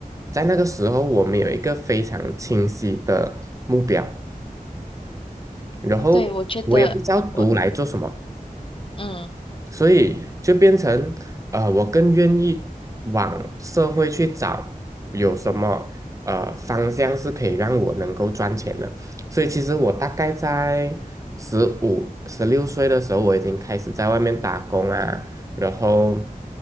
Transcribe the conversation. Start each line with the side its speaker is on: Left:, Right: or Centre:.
Right: 在那个时候我们有一个非常清晰的目标。然后我也不知道读来做什么，
Left: 对，我觉得我嗯
Right: 所以就变成呃，我更愿意往社会去找有什么呃方向是可以让我能够赚钱的。所以其实我大概在十五、十六岁的时候，我已经开始在外面打工啊，然后